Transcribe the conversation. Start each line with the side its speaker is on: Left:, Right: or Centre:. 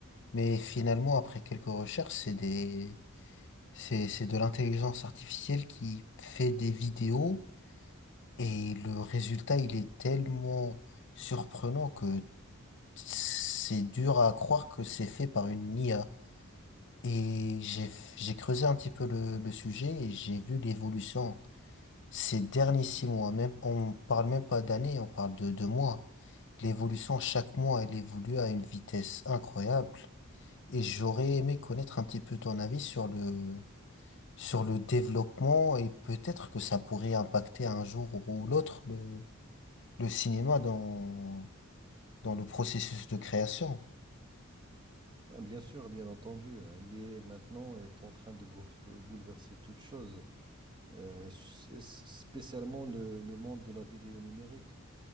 Left: Mais finalement après quelques recherches, c'est des c'est c'est de l'intelligence artificielle qui fait des vidéos et le résultat il est tellement surprenant que c'est dur à croire que c'est fait par une IA. Et j'ai, j'ai creusé un petit peu le, le sujet et j'ai vu l'évolution ces derniers six mois. Même, on parle même pas d'années, on parle de, de mois. L'évolution, chaque mois, elle évolue à une vitesse incroyable. Et j'aurais aimé connaître un petit peu ton avis sur le, sur le développement et peut-être que ça pourrait impacter un jour ou l'autre le, le cinéma dans, dans le processus de création.
Right: Ah, Bien sûr, bien entendu, euh, l'IA maintenant est en train de bouf- bouleverser toute chose, euh, s- s- spécialement le, le monde de la vidéo numérique.